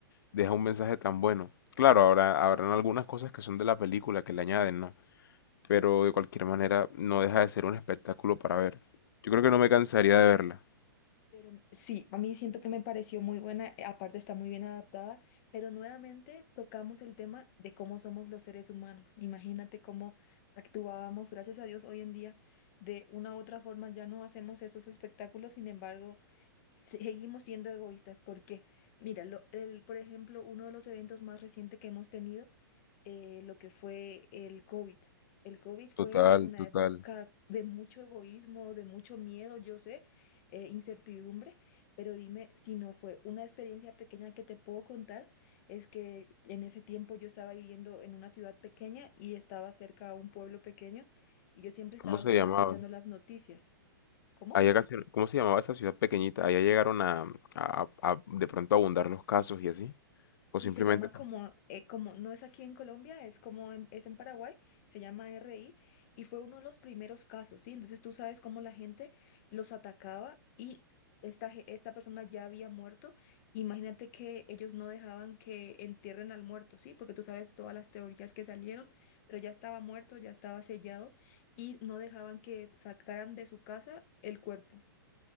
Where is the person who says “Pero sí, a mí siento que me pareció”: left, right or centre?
Left